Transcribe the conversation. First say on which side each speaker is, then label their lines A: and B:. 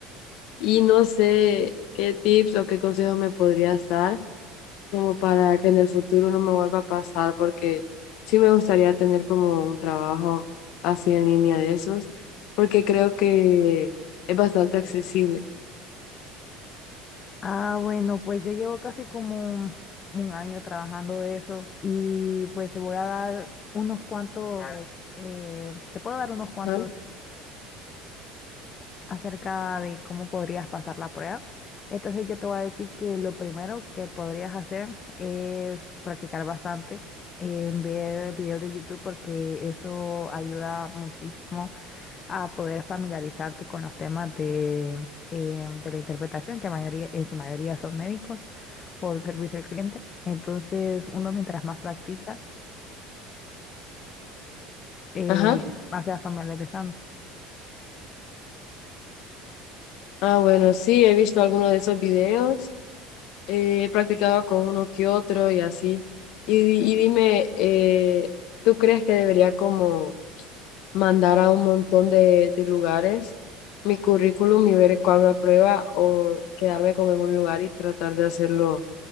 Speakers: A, on the left; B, on the left.
A: y no sé qué tips o qué consejos me podrías dar como para que en el futuro no me vuelva a pasar, porque sí me gustaría tener como un trabajo así en línea de esos, porque creo que es bastante accesible.
B: Ah, bueno, pues yo llevo casi como un, un año trabajando de eso y pues te voy a dar unos cuantos, eh, te puedo dar unos cuantos
A: Ajá.
B: tips acerca de cómo podrías pasar la prueba. Entonces yo te voy a decir que lo primero que podrías hacer es practicar bastante, eh, ver videos de YouTube porque eso ayuda muchísimo a poder familiarizarte con los temas de, eh, de la interpretación, que mayoría, en su mayoría son médicos o de servicio al cliente. Entonces, uno mientras más practica, eh,
A: Ajá.
B: más se va familiarizando.
A: Ah, bueno, sí, he visto algunos de esos videos, eh, he practicado con uno que otro y así. Y, di- y dime, eh, ¿tú crees que debería como mandar a un montón de, de lugares mi currículum y ver cuál me aprueba o quedarme como en un lugar y tratar de hacerlo